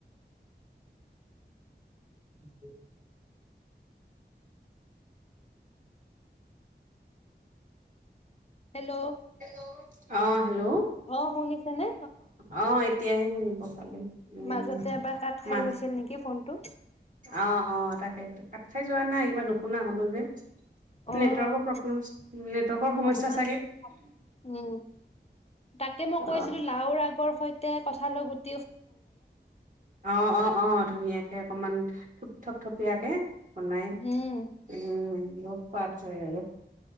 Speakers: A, on the right; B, on the left.
A: <unintelligible>
B: hello
A: hello অ হেল্ল' অ
B: অ', শুনিছেনে?
A: অ এতিয়াহে শুনিব পালো উ
B: মাজতে এবাৰ কাট খাই
A: ম
B: গৈছিল নেকি ফোনটো।
A: অ অ তাকে ত কাঠ খাই যো যোৱা নাই কিবা নুশুনা হলো যে
B: অ',
A: নেটৱৰ্কৰ প্ৰব্লেম নেটৱৰ্কৰ সমস্যা
B: অকমান
A: চাগে।
B: উম তাকে মই
A: অ
B: কৈছিলো লাওৰ আগৰ সৈতে কথালৈ গ
A: অ অ অ ধুনীয়া অকমান থপ থপিয়াকে বনাই
B: উম,
A: উম লগত পাত আৰু